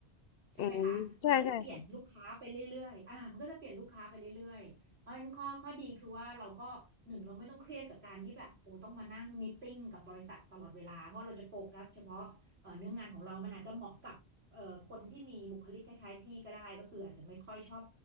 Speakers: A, on the right; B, on the left.
A: ใช่ไหมคะ
B: อืมใช่ใช่ค่ะ
A: มันก็จะเปลี่ยนลูกค้าไปเรื่อยๆอ่ามันก็จะเปลี่ยนลูกค้าไปเรื่อยๆเพราะฉะนั้นข้อข้อดีคือว่าเราก็หนึ่งเราไม่ต้องเครียดกับการที่แบบโอ้ต้องมานั่งมีตติ้งกับบริษัทตลอดเวลาเพราะเราจะโฟกัสเฉพาะเอ่อเนื้องานของเรามันอาจจะเหมาะกับเอ่อคนที่มีบุคลิกคล้ายๆพี่ก็ได้ก็คืออาจจะไม่ค่อยชอบ